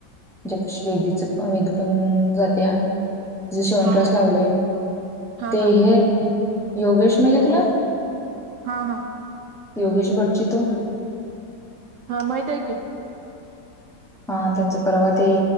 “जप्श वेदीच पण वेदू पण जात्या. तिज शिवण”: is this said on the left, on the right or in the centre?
Centre